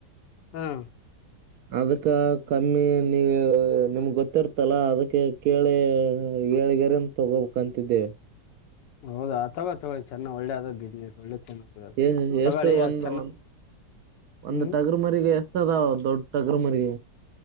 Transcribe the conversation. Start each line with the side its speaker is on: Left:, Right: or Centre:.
Left: ಹ್ಮ್
Right: ಅದಕ್ಕ ಕಮ್ಮಿ ನೀ ನಿಮಗೆ ಗೊತ್ತಿರ್ತಲ್ಲಾ ಅದಕ್ಕೆ ಕೇಳಿ ಏಳ್ಗರೇನ್ ತಗೋಂತಿದ್ದೇವೆ
Left: ಹೌದಾ ಆ ತಗ ತಗೊಳ್ಳಿ ಚೆನ್ನ ಒಳ್ಳೇದ ಬಿಸ್ನೆಸ್ ಒಳ್ಳೆ ಚೆನ್ನಾಗಿರೋದು
Right: ಹ
Left: ತಗೊಳ್ಳಿ
Right: ಎಷ್ಟು ಒಂದು
Left: ಅದ್ ಚೆನ್ನ
Right: ಒ ಒಂದು
Left: ಹ್ಮ್
Right: ಟಗರ್ ಮರಿಗೆ ದ ದೊಡ್ಡಕ್ರ ಮಗೆ